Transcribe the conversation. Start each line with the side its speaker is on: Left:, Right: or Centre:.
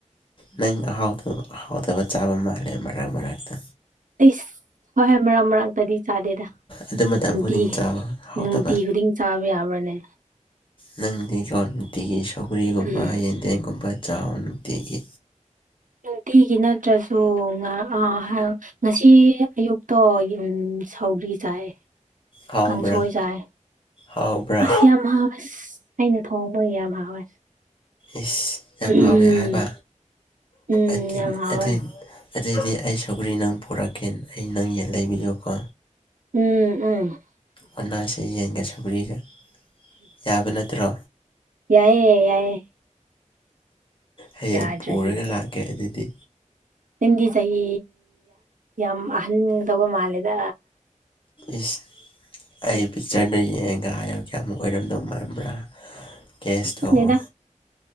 Left: ꯅꯪ ꯑꯍꯥꯎꯗꯕ ꯍꯥꯎꯗꯕ ꯆꯥꯕ ꯃꯥꯜꯂꯦ ꯃꯔꯛ ꯃꯔꯛꯇ
Right: ꯏꯁ ꯍꯣꯏ ꯍꯣꯏ ꯃꯔꯥꯛ ꯃꯔꯛ ꯀꯗꯤ ꯆꯥꯗꯦꯗ
Left: ꯑꯗꯨ ꯃꯇꯝ
Right: ꯅꯨꯡꯇꯤ
Left: ꯈꯨꯗꯤꯡ ꯆꯥꯎ ꯍꯥꯎꯇꯕ
Right: ꯅꯨꯡꯇꯤ ꯈꯨꯗꯤꯡ ꯆꯥꯕ ꯌꯥꯕ꯭ꯔꯥꯅꯦ
Left: ꯅꯪꯗꯤ ꯀꯣ ꯅꯨꯡꯇꯤꯒꯤ ꯁꯧꯒ꯭ꯔꯤꯒꯨꯝꯕ
Right: ꯎꯝ
Left: ꯌꯦꯟꯗꯦꯝꯒꯨꯝꯕ ꯆꯥꯎ ꯅꯨꯡꯇꯤꯒꯤ
Right: ꯅꯨꯡꯇꯤꯒꯤ ꯅꯠꯇ꯭ꯔꯁꯨ ꯉꯍꯥ ꯉꯍ ꯍꯦꯜ ꯉꯁꯤ ꯑꯌꯨꯛꯇꯣ ꯁꯥꯎꯒ꯭ꯔꯤ ꯆꯥꯏ
Left: ꯍꯥꯎꯕ꯭ꯔꯥ
Right: ꯀꯥꯡꯁꯣꯏ ꯆꯥꯏ
Left: ꯍꯥꯎꯕ꯭ꯔꯥ
Right: ꯑꯁ ꯌꯥꯝ ꯑꯩꯅ ꯊꯣꯡꯉꯐꯥꯎ ꯌꯥꯝ ꯍꯥꯎꯋꯦ
Left: ꯏꯁ ꯌꯥꯝ
Right: ꯎꯝ
Left: ꯍꯥꯎꯋꯦ ꯍꯥꯏꯕ
Right: ꯎꯝ
Left: ꯑꯗꯨꯟ
Right: ꯌꯥꯝ ꯍꯥꯎꯋꯦ
Left: ꯑꯗꯨꯟ ꯑꯗꯨꯏꯗꯤ ꯑꯩ ꯁꯧꯒ꯭ꯔꯤ ꯅꯪ ꯄꯨꯔꯛꯀꯦ ꯑꯩ ꯅꯪ ꯌꯦꯟ ꯂꯩꯕꯤꯌꯨꯀꯣ
Right: ꯎꯝ ꯎꯝ
Left: ꯑꯣꯟꯅꯁꯤ ꯌꯦꯟꯒ ꯁꯧꯒ꯭ꯔꯤꯒ ꯌꯥꯕ ꯅꯠꯇ꯭ꯔꯣ
Right: ꯌꯥꯏꯌꯦ ꯌꯥꯏꯌꯦ
Left: ꯍꯌꯦꯡ
Right: ꯌꯥꯗ꯭ꯔꯗꯤ
Left: ꯄꯨꯔꯒ ꯂꯥꯛꯀꯦ ꯑꯗꯨꯗꯤ
Right: ꯅꯪꯒꯤ ꯆꯍꯤ ꯌꯥꯝ ꯑꯍꯟꯒꯗꯧꯕ ꯃꯥꯜꯂꯦꯗ
Left: ꯏꯁ ꯑꯩ ꯄꯤꯛꯆꯔꯅ ꯌꯦꯛꯑꯒ ꯍꯥꯏꯌꯣ ꯀꯌꯥꯃꯨꯛ ꯑꯣꯏꯔꯝꯗꯧ ꯃꯥꯟꯕ꯭ꯔꯥ ꯀꯦꯁ
Right: ꯈꯪꯗꯦꯗ
Left: ꯇꯧꯋꯣ